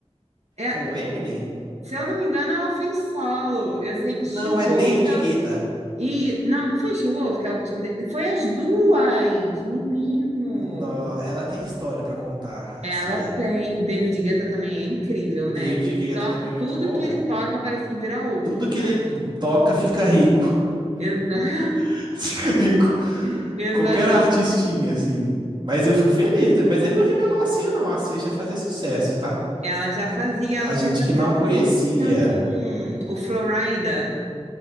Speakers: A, on the right (about 75°); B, on the right (about 40°).
A: É,
B: Com o Eminem?
A: se eu não me engano, ela fez solo. Eu sei que She-Wolf,
B: Não, é David
A: ela.
B: Guetta.
A: E, não, não foi She-Wolf que ela fez com. Da- Foi as duas! Menino!
B: No- ela tem história pra contar,
A: Ela
B: a Cia.
A: tem. David Guetta também é incrível,
B: David
A: né? Ele
B: Guetta
A: só...
B: também é muito
A: Tudo
B: bom.
A: que ele toca parece que vira ouro,
B: Tudo que
A: sabe?
B: ele toca fica rico.
A: Exa-
B: <laughs> Fica rico.
A: <laughs> Exatamente.
B: Qualquer artistinha, assim. Mas eu fico feliz, né? Mas ele não revelou a Cia, não. A Cia já fazia sucesso, tá?
A: Ela já fazia,
B: A
A: ela fez
B: gente
A: até
B: que não
A: uma
B: conhecia.
A: música com o Florida.